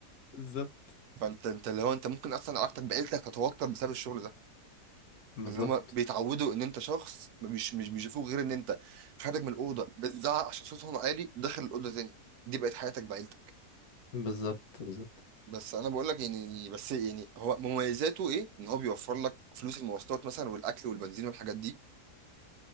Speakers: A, on the left; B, on the right.
A: بالظبط
B: فانت انت اللي هو انت ممكن اصلا علاقتك بعيلتك تتوتر بسبب الشغل ده
A: بالظبط
B: اللي هما بيتعودوا ان انت شخص مش مش بيشوفوك غير ان انت خارج من الاوضه بتزعق عشان صوتهم عالي داخل الاوضه تاني دي بقت حياتك بعيلتك
A: بالظبط بالظبط
B: بس انا بقول لك يعني يعني بس يعني هو مميزاته ايه ان هو بيوفر لك فلوس المواصلات مثلا والاكل والبنزين والحاجات دي